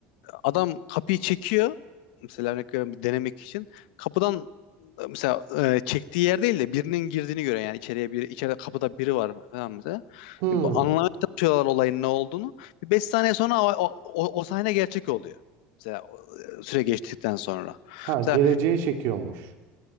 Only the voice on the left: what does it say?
adam kapıyı çekiyor. Mesela örnek veriyorum bir denemek için. Kapıdan e, mesela e, çektiği yer değil de birinin girdiğini gören yani içeriye bir içeride kapıda biri var falan mesela.
Yani bu anlamaya çalışıyorlar olayın ne olduğunu. Bir 5 saniye sonra o, o, o- o sahne gerçek oluyor. Mesela o, e, süre geçtikten sonra.
Mesela